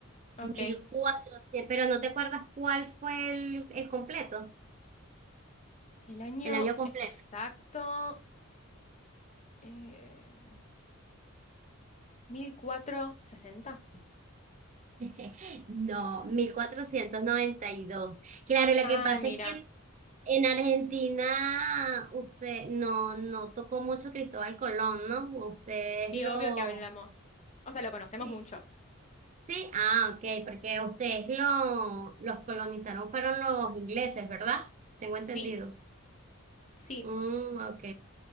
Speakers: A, on the left (about 30°); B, on the right (about 35°).
A: ok.
B: 1400, pero no te acuerdas cuál fue el, el completo,
A: El año
B: el año completo.
A: exacto, em, 1460.
B: <laughs> No, 1492. Claro, lo
A: Ay,
B: que pasa
A: mira,
B: es que en en Argentina usted no, no tocó mucho Cristóbal Colón, ¿no? Ustedes
A: sí,
B: lo...
A: obvio que hablamos. O sea, lo conocemos
B: Sí.
A: mucho.
B: Sí, ah, ok, porque ustedes lo, los colonizaron fueron los ingleses, ¿verdad? Tengo entendido.
A: Sí, sí,
B: Mm, ok.